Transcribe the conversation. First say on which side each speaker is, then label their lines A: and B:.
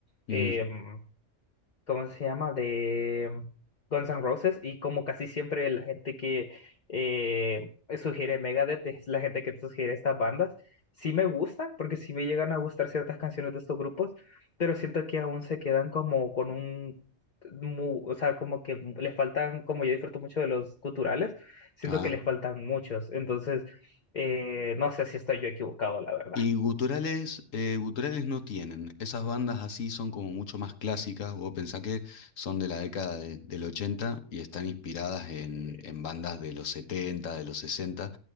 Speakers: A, on the left; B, on the left.
A: Mm,
B: em, ¿cómo se llama? De Guns N' Roses y como casi siempre la gente que eh, sugiere Megadeth es la gente que sugiere estas bandas. Sí me gustan, porque sí me llegan a gustar ciertas canciones de estos grupos, pero siento que aún se quedan como con un... mu- o sea, como que les faltan, como yo disfruto mucho de los culturales, siento
A: ah.
B: que les faltan muchos. Entonces, eh, no sé si estoy yo equivocado, la verdad.
A: Y guturales, eh, guturales no tienen. Esas bandas así son como mucho más clásicas. Vos pensá que son de la década de- del 80 y están inspiradas
B: Sí,
A: en, en bandas de los 70, de los sesenta,